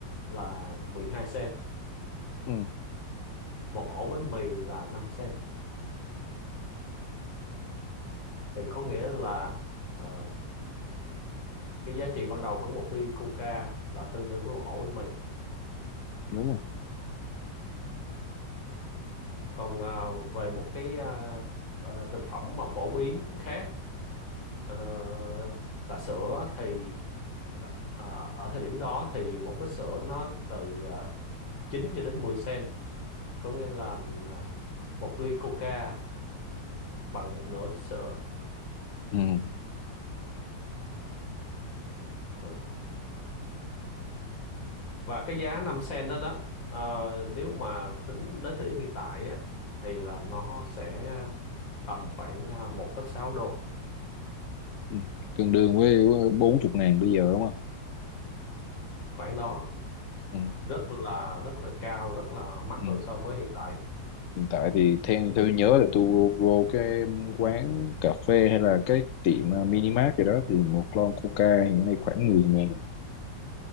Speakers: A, on the left; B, on the left.
A: là 12 sen
B: ừ
A: một ổ bánh mì là 5 sen thì có nghĩa là ờ, cái giá trị ban đầu của một ly coca là tương đương với một ổ bánh mì
B: đúng rồi
A: còn à, về một cái à, à, thực phẩm mà phổ biến khác ờ, là sữa thì ờ, ờ, ở thời điểm đó thì một lít sữa nó từ à, 9 cho đến 10 sen có nghĩa là à, một ly coca bằng một nửa lít sữa
B: ừ,
A: rồi. và cái giá 5 sen đó đó ờ, nếu mà tính đến thời điểm hiện tại á, thì là nó sẽ tầm khoảng à, một phẩy sáu đô
B: ừ. tương đương với bốn chục ngàn bây giờ đúng không
A: khoảng đó
B: ừ,
A: rất là rất là cao rất là mắc
B: ừ.
A: hơn so với hiện tại
B: hiện tại thì theo tôi nhớ là tôi vô cái quán cà phê hay là cái tiệm ờ, minimart gì đó thì một lon coca hiện nay khoảng mười ngàn